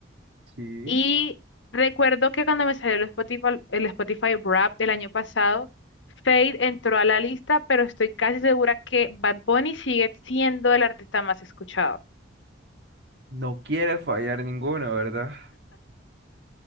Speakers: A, on the right (about 60°); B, on the left (about 75°).
A: Sí.
B: Y recuerdo que cuando me salió el Spotify, el Spotify Wrap del año pasado, Fade entró a la lista, pero estoy casi segura que Bad Bunny sigue siendo el artista más escuchado.
A: No quiere fallar ninguna, ¿verdad?